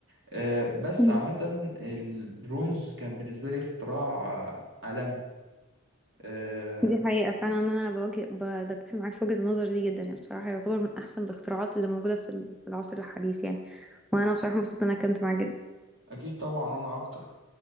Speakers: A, on the right (about 60°); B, in the centre.
A: آه، بس
B: مم.
A: عامه الدرونز كان بالنسبه لي اختراع عالمي آه،
B: دي حقيقه فعلا انا بواجه ب- بتفق معاك في وجهه النظر دي جدا يعني بصراحه يعتبر من احسن الاختراعات اللي موجوده في ال- في العصر الحديث يعني وانا بصراحه مبسوطه ان انا كنت معاك جدا
A: اكيد طبعا وانا اكتر